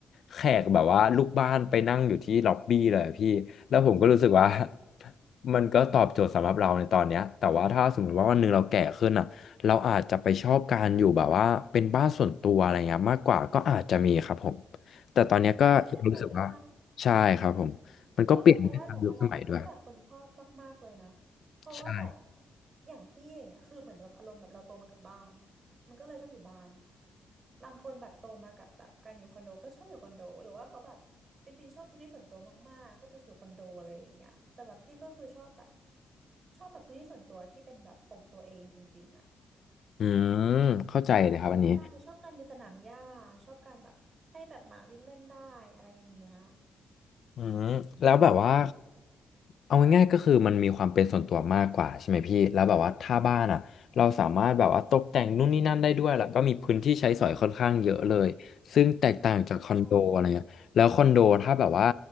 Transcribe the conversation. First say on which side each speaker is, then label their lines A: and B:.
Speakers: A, on the left; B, on the right.
A: แขกแบบว่าลูกบ้านไปนั่งอยู่ที่ล็อบบี้เลยอะพี่แล้วผมก็รู้สึกว่า <laughs> มันก็ตอบโจทย์สำหรับเราในตอนเนี้ยแต่ว่าถ้าสมมติว่าวันหนึ่งเราแก่ขึ้นอ่ะเราอาจจะไปชอบการอยู่แบบว่าเป็นบ้านส่วนตัวอะไรเงี้ยมากกว่าก็อาจจะมีครับผมแต่ตอนเนี้ยก็ยังรู้สึกว่า
B: <laughs> ก็เป็นไปได้
A: ใช่ครับผมมันก็เปลี่ยนไปตามยุคสมัยด้วย
B: ก็เป็นไปได้แต่ว่าแล้วแล้วแต่คนชอบมากๆเลยนะเพราะว่าแบบ
A: ใช่
B: อย่างพี่อย่างเงี้ยคือเหมือนแบบอารมณ์แบบเราโตมากับบ้านมันก็เลยชอบอยู่บ้านบางคนแบบโตมากับแบบการอยู่คอนโดก็ชอบอยู่คอนโดหรือว่าเขาแบบจริงๆชอบพื้นที่ส่วนตัวมากๆก็จะอยู่คอนโดอะไรอย่างเงี้ยแต่แบบพี่ก็คือชอบแบบชอบแบบพื้นที่ส่วนตัวที่เป็นแบบของตัวเองจริงๆอ่ะ
A: อืมเข้าใจเลยครับอันนี้
B: ใช่ชอบการเป็นสนามหญ้าชอบการแบบให้แบบหมาวิ่งเล่นได้อะไรอย่างเงี้ย
A: อืมแล้วแบบว่าเอาง่ายๆก็คือมันมีความเป็นส่วนตัวมากกว่าใช่ไหมพี่แล้วแบบว่าถ้าบ้านอ่ะเราสามารถแบบว่าตกแต่งนู่นนี่นั่นได้ด้วยแล้วก็มีพื้นที่ใช้สอยค่อนข้างเยอะเลยซึ่งแตกต่างจากคอนโดอะไรเงี้ยแล้วคอนโดถ้าแบบว่า
B: ใช่